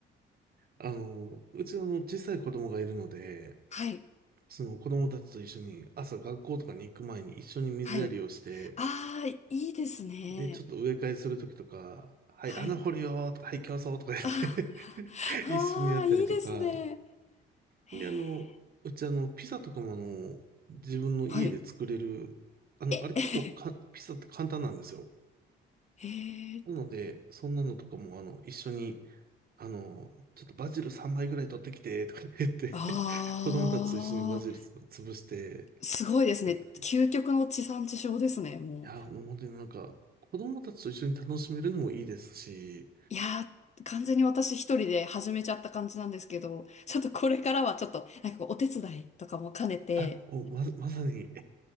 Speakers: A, on the right; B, on the left.
A: あの、うちはあの、小さい子供がいるので、
B: はい。
A: その子供たちと一緒に朝学校とかに行く前に一緒に水やりをして、
B: はい。ああ、いいですね。
A: で、ちょっと植え替えするときとか、はい、
B: はい。
A: 穴掘るよーとか、はい、競争とか言って
B: ああ、
A: <laughs> 一緒にやったりとか、
B: あーいいですね。へー
A: で、あの、うちあの、ピザとかもあの、自分の家で作れる、
B: はい。
A: あの、
B: え、
A: あれ結構か、ピザって簡単なんですよ。
B: <laughs> へえ。
A: なので、そんなのとかもあの、一緒に、あの、ちょっとバジル3枚ぐらい取ってきて、とか言って
B: あ
A: <laughs> 子供たちと一緒にバジル潰して
B: あ、すごいですね。
A: 作ったり。
B: 究極の地産地消ですね、
A: い
B: もう。
A: や、もう本当になんか、子供たちと一緒に楽しめるのもいいですし、
B: いやー、完全に私一人で始めちゃった感じなんですけど、ちょっとこれからはちょっと、なんかこうお手伝いとかも兼ねて、
A: あ、お、ま、まさに、